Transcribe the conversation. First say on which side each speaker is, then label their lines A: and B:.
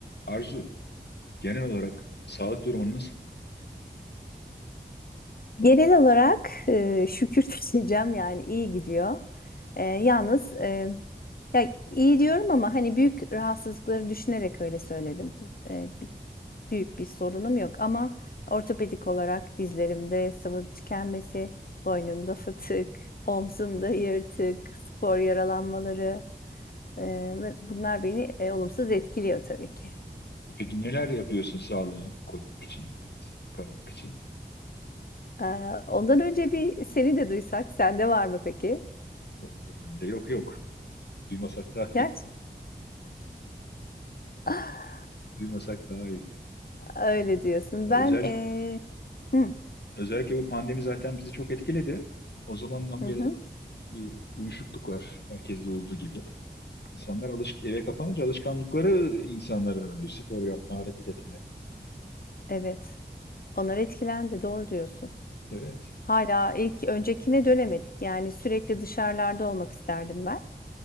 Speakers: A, on the left; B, on the left.
A: Arzu, genel olarak sağlık durumun nasıl?
B: Genel olarak e, şükür <laughs> diyeceğim yani iyi gidiyor. E, yalnız e, ya iyi diyorum ama hani büyük rahatsızlıkları düşünerek öyle söyledim. E, bi- büyük bir sorunum yok ama ortopedik olarak dizlerimde sıvı tükenmesi, boynumda <laughs> fıtık, omzumda yırtık, spor yaralanmaları e, ve bunlar beni e, olumsuz etkiliyor tabii ki.
A: Peki neler yapıyorsun sağlığını korumak için, kalmak için?
B: E, ondan önce bir seni de duysak, sende var mı peki?
A: Yok, yok. yok. Duymasak daha
B: Gerçi.
A: iyi.
B: <laughs>
A: <laughs> Duymasak daha iyi.
B: Öyle diyorsun.
A: Özel,
B: Ben eee, hı,
A: özellikle bu pandemi zaten bizi çok etkiledi. O zamandan
B: hı
A: beri
B: hı,
A: bir uyuşukluk var herkeste olduğu gibi. İnsanlar alış eve kapanınca alışkanlıkları insanların öldü. Spor yapma, hareket etme.
B: evet. Onlar etkilendi. Doğru diyorsun.
A: Evet.
B: Hala ilk öncekine dönemedik. Yani sürekli dışarılarda olmak isterdim ben.